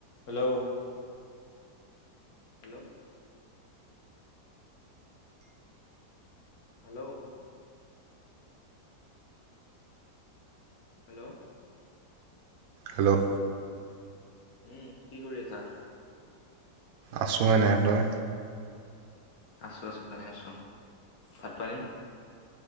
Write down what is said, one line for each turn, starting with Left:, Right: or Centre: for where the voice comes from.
Left: Hello? Hello? Hello? Hello?
Right: Hello.
Left: উম কি কৰি আছা।
Right: আছোঁ এনেই তই।
Left: আছোঁ, আছোঁ <unintelligible> আছোঁ ভাত পানী?